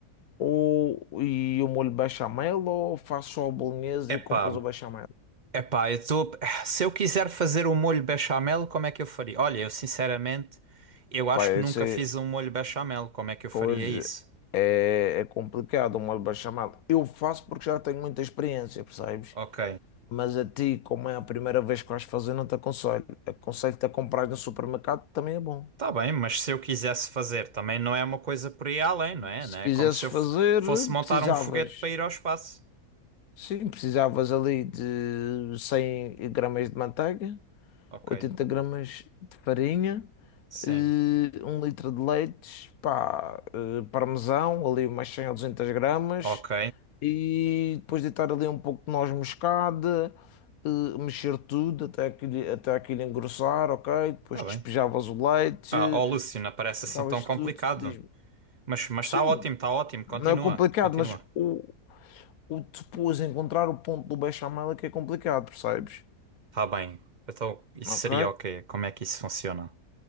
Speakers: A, on the left; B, on the right.
A: ou, e o molho bechamel ou fazes só a bolonhesa
B: Epá.
A: e compras o bechamel?
B: Epá, eu tô... se eu quiser fazer um molho bechamel, como é que eu faria? Olha, eu sinceramente, eu acho
A: Vai
B: que nunca
A: ser,
B: fiz um molho bechamel, como é que eu faria
A: pois
B: isso?
A: é, é complicado o molho bechamel. Eu faço porque já tenho muita experiência, percebes?
B: Ok,
A: Mas a ti, como é a primeira vez que vais fazer, não te aconselho. Aconselho-te a comprar no supermercado, também é bom.
B: tá bem, mas se eu quisesse fazer, também não é uma coisa por aí além, não é?
A: Se
B: Não é
A: quisesses
B: como se
A: fazer,
B: eu f- fosse montar
A: precisavas.
B: um foguete para ir ao espaço.
A: Sim, precisavas ali de 100 gramas de manteiga,
B: Ok,
A: 80 gramas de farinha,
B: sim,
A: eh, um litro de leite, pá, eh, parmesão, ali umas 100 ou 200 gramas,
B: ok,
A: e depois deitar ali um pouco de noz moscada, eh, mexer tudo até aquilo, até aquilo engrossar, ok? Depois
B: tá
A: despejavas
B: bem.
A: o leite,
B: Ah, ó Lúcio, não parece
A: sentavas
B: assim tão complicado,
A: tudo, diz-me,
B: mas mas
A: sim,
B: está ótimo, está ótimo, continua,
A: não é complicado,
B: continua.
A: mas o, o depois encontrar o ponto do bechamel é que é complicado, percebes?
B: Tá bem, então isso
A: Ok?
B: seria o quê? Como é que isso funciona?